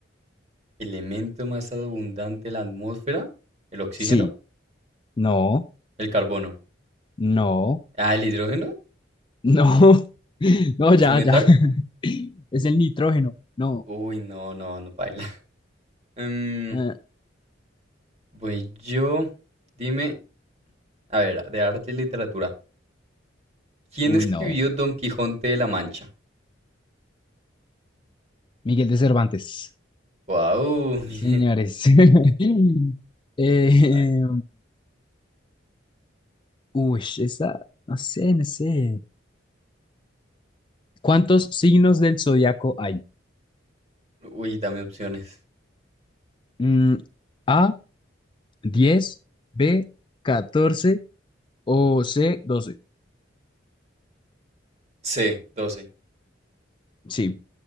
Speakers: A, on the right; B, on the left.
A: Elemento más abundante en la atmósfera, el oxígeno,
B: Sí, no,
A: el carbono.
B: no,
A: Ah, el hidrógeno,
B: no. <laughs> No, ya,
A: ¿es un metal?
B: ya. <laughs> Es el nitrógeno. No.
A: Uy, no, no, no, paila. <laughs> Em,
B: eh,
A: voy yo. Dime, A ver, de arte y literatura. ¿Quién
B: uy,
A: escribió
B: no.
A: Don Quijote de la Mancha?
B: Miguel de Cervantes.
A: Wow,
B: Sí,
A: <laughs> bien.
B: señores. <laughs> Eh,
A: A ver.
B: uy, esa, no sé, no sé. ¿Cuántos signos del zodiaco hay?
A: Uy, dame opciones.
B: Mm, A, diez, B, 14 o C, 12.
A: C, 12.
B: Sí,